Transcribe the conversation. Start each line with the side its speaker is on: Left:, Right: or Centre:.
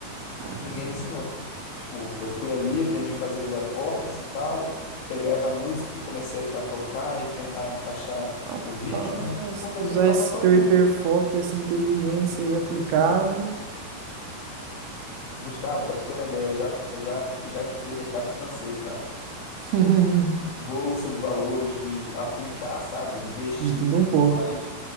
Right: Cara,
Left: Ninguém me ensinou. Tipo, eu fui ali, aprendi a fazer os acordes e tal, pegava a música e comecei a, a tocar e tentar encaixar
Right: rapaz,
Left: o ritmo. Quando
Right: se tu
Left: eu fui,
Right: usar
Left: eu tava
Right: esse
Left: tocando.
Right: teu hiperfoco e essa inteligência aí aplicado,
Left: Gustavo, para tu ter uma ideia, eu já, já, fu- já estudei mercado financeiro, cara.
Right: <laughs>
Left: Bolsa de valores, de aplicar, sabe? Investir
Right: de tudo
Left: e tudo
Right: um pouco.
Left: mais.